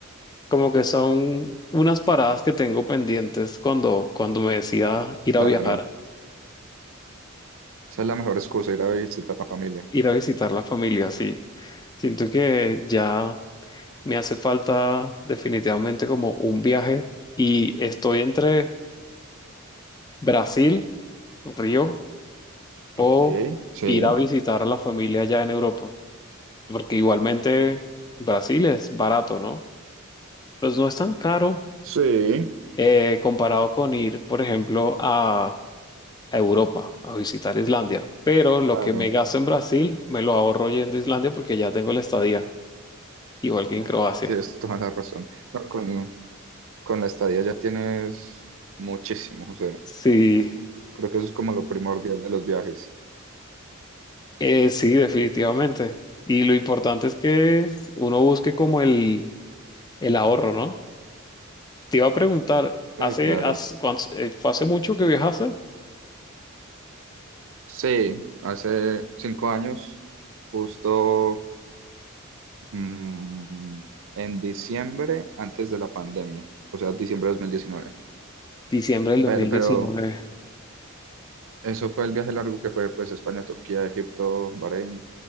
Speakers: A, on the left (about 20°); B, on the right (about 65°).
A: como que son unas paradas que tengo pendientes cuando, cuando me decida ir
B: claro.
A: a viajar.
B: Esa es la mejor excusa, ir a visitar a la familia.
A: ir a visitar la familia, sí. Siento que ya me hace falta definitivamente como un viaje y estoy entre Brasil, Río, o
B: Ok, sí.
A: ir a visitar a la familia allá en Europa, porque igualmente Brasil es barato, ¿no? Pues no es tan caro
B: Sí,
A: eh, comparado con ir, por ejemplo, a a Europa, a visitar Islandia, pero lo
B: claro.
A: que me gasto en Brasil me lo ahorro yendo a Islandia porque ya tengo la estadía, igual que
B: Claro,
A: en Croacia.
B: tienes toda la razón. No, con, con la estadía ya tienes muchísimo, o sea,
A: Sí,
B: creo que eso es como lo primordial de los viajes.
A: eh, sí, definitivamente. Y lo importante es que es- uno busque como el, el ahorro, ¿no? Te iba a preguntar, ¿hace,
B: Sí, claro.
A: hace, cuántos- eh, fue hace mucho que viajaste?
B: Sí, hace cinco años, justo mm, en diciembre, antes de la pandemia, o sea, diciembre de dos mil diecinueve
A: Diciembre del dos
B: Pero,
A: mil
B: pero
A: diecinueve.
B: eso fue el viaje largo que fue, pues, España, Turquía, Egipto, Bahrein